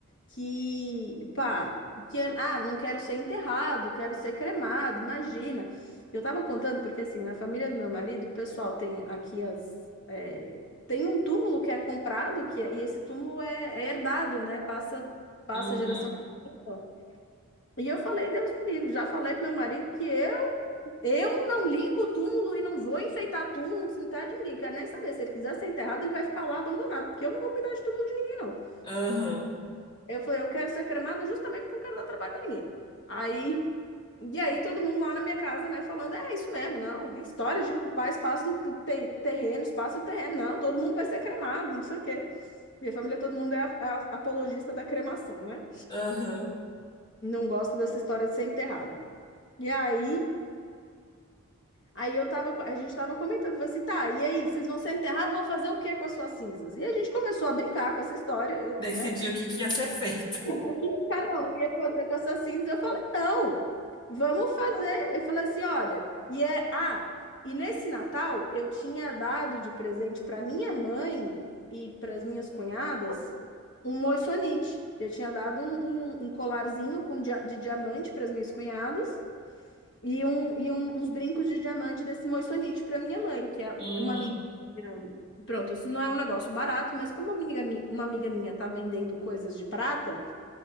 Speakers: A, on the left; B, on the left.
A: que, pá, que, ah, não quero ser enterrado, quero ser cremado, imagina. Eu estava contando porque, assim, na família do meu marido, o pessoal tem aqui as. é, tem um túmulo que é comprado, que é- e esse túmulo é, é herdado, né? Passa, passa
B: Aham.
A: geração. por geração. E eu falei, Deus me livre, já falei pro meu marido que eu, eu não limpo o túmulo e não vou enfeitar túmulo, não cemitério de ninguém. Quero nem saber. Se ele quiser ser enterrado, ele vai ficar lá abandonado, porque eu não vou cuidar de túmulo de ninguém, não.
B: Aham,
A: Eu falei, eu quero ser cremada justamente porque eu não quero dar trabalho pra ninguém. Aí, e aí todo mundo lá na minha casa, né, falando, é isso mesmo, não, que história de ocupar espaço no te- terreno, espaço no terreno, não, todo mundo vai ser cremado, não sei o quê. Minha família, todo mundo é a- a- apologista da cremação, né?
B: aham.
A: Não gosta dessa história de ser enterrado. E aí, aí eu tava, co- a gente tava comentando, falei assim, tá, e aí, vocês vão ser enterrados, vão fazer o quê com as suas cinzas? E a gente começou a brincar com essa história,
B: Decidiu
A: né?
B: o que que ia ser feito.
A: o que que cada um ia fazer com essas cinzas? Eu falei, não, vamos fazer. Ele falou assim, olha, e é, ah, e nesse Natal eu tinha dado de presente para minha mãe e para as minhas cunhadas um moissanite. Eu tinha dado um, um- um colarzinho com dia- de diamante para as minhas cunhadas e, um, e um- uns brincos de diamante desse moissanite para minha mãe, que é
B: Uhum,
A: uma amiga minha. Pronto, isso não é um negócio barato, mas como uma amiga, mi- uma amiga minha tá vendendo coisas de prata,